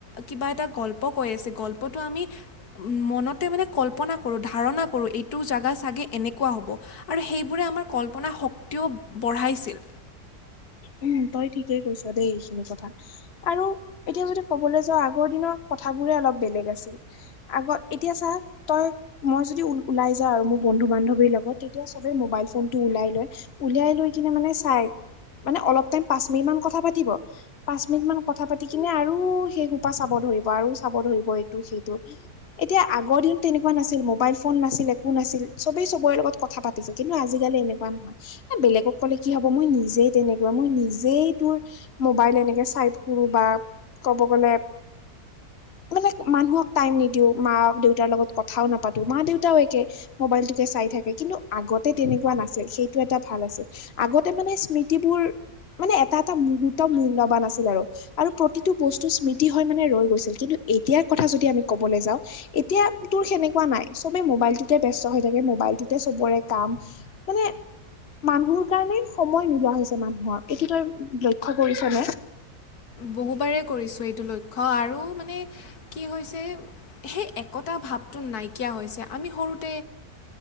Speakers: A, on the left (about 80°); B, on the left (about 45°).
A: কিবা এটা গল্প কৈ আছে গল্পটো আমি মনতে মানে কল্পনা কৰোঁ ধাৰণা কৰোঁ এইটো জেগা চাগে এনেকুৱা হ'ব আৰু সেইবোৰে আমাৰ কল্পনা শক্তিও বঢ়াইছিল
B: উম তই ঠিকেই কৈছ দেই এইখিনি কথা আৰু এতিয়া যদি ক'বলৈ যাওঁ আগৰ দিনৰ কথাবোৰে অলপ বেলেগ আছিল আগত এতিয়া চা তই মই যদি ওলাই যাও আৰু মোৰ বন্ধু বান্ধৱীৰ লগত তেতিয়া সবে মোবাইল ফোন টো ওলাই লয় উলিয়াই লৈ কিনে মানে চাই মানে অলপ টাইম পাঁচ মিনিট মান কথা পাতিব পাঁচ মিনিট মান কথা পাতি কিনে আৰু সেই সোপা চাব ধৰিব আৰু চাব ধৰিব এইটো সেইটো এতিয়া আগৰ দিনত তেনেকুৱা নাছিল মোবাইল ফোন নাছিল একো নাছিল চবেই চবৰে লগত কথা পাতিছো কিন্তু আজিকালি এনেকুৱা নহয় এ বেলেগক ক'লে কি হব মই নিজে তেনেকুৱা মই নিজেই তোৰ মোবাইল এনেকে চাই ফুৰো বা ক'ব গ'লে মানে মানুহক টাইম নিদিও মা দেউতাৰ লগত কথাও নাপাতো মা দেউতাও একে মবাইলটোকে চাই থাকে কিন্তু আগতে তেনেকুৱা নাছিল সেইটো এটা ভাল আছিল আগতে মানে স্মৃ স্মৃতি বোৰ মানে এটা এটা মুহূৰ্ত মূল্যবান আছিল আৰু আৰু প্ৰতিটো বস্তু স্মৃতি হয় মানে ৰৈ গৈছিল কিন্তু এতিয়াৰ কথা যদি আমি ক'বলৈ যাওঁ এতিয়া তোৰ সেনেকুৱা নাই চবে মোবাইলটোতে ব্যস্ত হৈ থাকে মোবাইলটোতে চবৰে কাম মানে মানুহৰ কাৰণে সময় নোলোৱা হৈছে মানুহৰ এইটো তই লক্ষ্য কৰিছ মই
A: বহুবাৰে কৰিছোঁ এইটো লক্ষ্য আৰু মানে কি হৈছে সেই একতা ভাৱটো নাইকিয়া হৈছে আমি সৰুতে